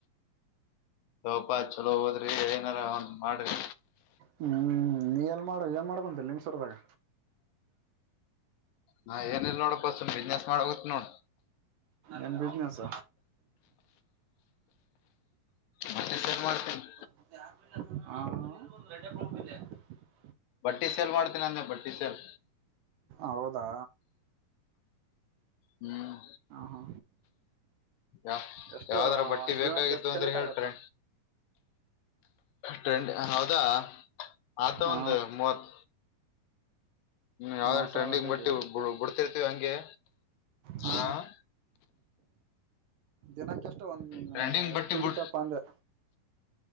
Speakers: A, on the left; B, on the right.
A: ಸೌಪಾ ಚಲೋ ಹೊದ್ರೀ ನಾರ ಒಂದು ಮಾಡ್ರಿ
B: ಹ್ಮ್ ನೀ ಎಲ್ಲ ಮಾಡ ಏನ್ ಮಾಡ ಬಂದಿಲ್ಲ ನಿಂಗ್ ಸರ್ದಾಗ
A: ನಾ ಏನಿಲ್ಲಲ್ ನೋಡಪ ಸುಮ್ ಬಿಸ್ನೆಸ್ ಆಗುತ್ ನೋಡ್
B: ಏನ್ ಬಿಸ್ನೆಸ್
A: ಮತ್ತ ಶೇರ್ ಮಾಡ್ತೀನೆ
B: ಮತ್ತೆ ಅಪ್ ಹ ರಜೆ ಕೊಡ್ಕೊಳ್ಳೇ <unintelligible>
A: ಬಟ್ಟಿ ಸೇಲ್ ಮಾಡ್ತೀನಿ ಅಂದೆ ಬಟ್ಟಿ ಸೇಲ್
B: ಹೌದಾ
A: ಹ್ಮ್
B: ಹಾ
A: ಯ
B: ಎಷ್ಟು
A: ಯಾವ್ದಾರ ಬಟ್ಟಿ
B: ಒಂದ್
A: ಬೇಕಾಗಿತ್ತು
B: ದಿನಕ್ಕೆ ಎಷ್ಟು ಕಲೆಕ್ಟ್
A: ಅಂದ್ರೆ ಹೇಳ್ಟ್ರೆ
B: ಆಗತ್ತ
A: ಟ್ರೆಂಡ್ ಹೌದಾ ಆತ
B: ಹಾ
A: ಒಂದು ಮೂವತ್ ಯಾವ್ದ
B: ಮೂವತ್ ಸಾವಿರ
A: ಟ್ರೆಂಡಿಂಗ್
B: ಡೈಲಿ
A: ಬಟ್ಟಿ ಬಿಡ್ತಿರ್ತಿವಿ ಹಂಗೆ
B: ಹಾ
A: ಹ
B: ದಿನಕ್ಕೆ ಎಷ್ಟು ಒಂದ್
A: ಟ್ರೆಂಡಿಂಗ್
B: ಎಷ್ಟು
A: ಬಟ್ಟಿ
B: ದುಡಿತಪ್ಪ
A: ಬಿ
B: ಅಂದೆ